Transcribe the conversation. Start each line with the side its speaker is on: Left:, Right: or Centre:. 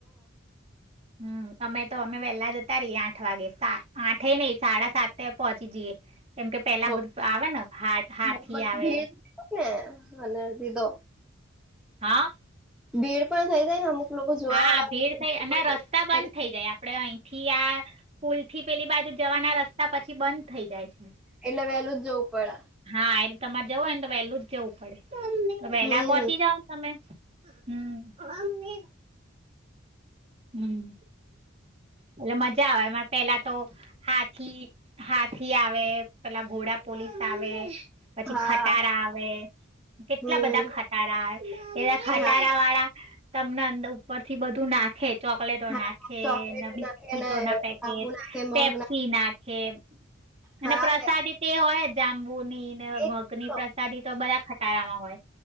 Right: હમ અમે તો અમે વેલા જતા રહીએ આઠ વાગે આઠે નઈ સાડા સાતે પહોંચી જઈએ જીએ કેમ કે પેલા
Centre: હા.
Right: બધું આવે ને હાથ હાથી
Centre: બહુ
Right: આવે
Centre: ભીડ થાય ને અને દીધો
Right: હા
Centre: ભીડ પણ થઈ જાય ને અમુક લોકો જોવા
Right: હા
Centre: વાળા
Right: ભીડ
Centre: હોય
Right: થઈ અને રસ્તા બંધ થઈ જાય આપડે અહીંથી આ પૂલ થી પેલી બાજુ જવાના રસ્તા પછી બંધ થઇ જાય છે
Centre: એટલે વહેલું જ જવું પડે
Right: હા એ તમારે જવોને તો વહેલું જ જવું પડે તો વહેલા
Centre: હમ
Right: પોહોંચી જાવ ને તમે હમ અમે હમ એટલે મજા આવે પેલા તો હાથી હાથી આવે પેલા ઘોડા પોલીસ આવે પછી
Centre: હા
Right: ખટારા આવે કેટલા
Centre: હમ
Right: બધા ખટારા આવે એવા ખટારા
Centre: હા
Right: વાળા તમને અંદર ઉપર થી બધું નાખે એચોકલેટો
Centre: હા
Right: નાખે
Centre: ચોકલેટ
Right: બિસ્કીિટો
Centre: નાખે ને
Right: ના પેકેટ
Centre: આબુ નાખે મગ
Right: પેપ્સી નાખે અને
Centre: હા
Right: પ્રસાદી તે હોય જ જાંબુ ની ને
Centre: તો
Right: મગ ની પ્રસાદી તો બધા ખટારામાં હોય